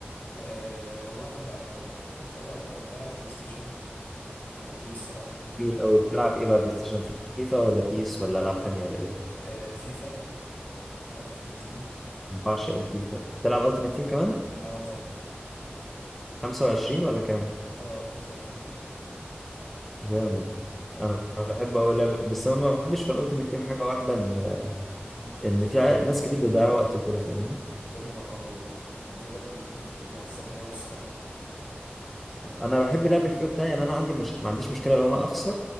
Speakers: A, on the left; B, in the centre.
A: أه والله انا بقى انا بقى انت عارف انا بقى بلعب بلاي ستيشن على طول الصراحه
B: في- او بتلعب ايه بقى بلاي ستيشن فيفا ولا بيس ولا العاب تانية ولا ايه
A: أه فيفا أه التيمت تيم
B: بعشق الفيفا بتلعب
A: اه
B: التيمت تيم كمان
A: آه طبعا
B: 25 ولا كام
A: اه 25
B: جامد انا بحب اوي لعبة بس انا ما بحبش في الالتيميت تيم حاجه واحده ان
A: مم.
B: ان في ع- ناس كتير بيضيع وقت وكده فاهمني
A: يا نهار ابيض البتاع ده بي بي- يعني بيعصبني قوي الصراحه
B: انا بحب لعب الفيفا بتاعي يعني انا عندي مش ما عنديش مشكله لو انا اخسر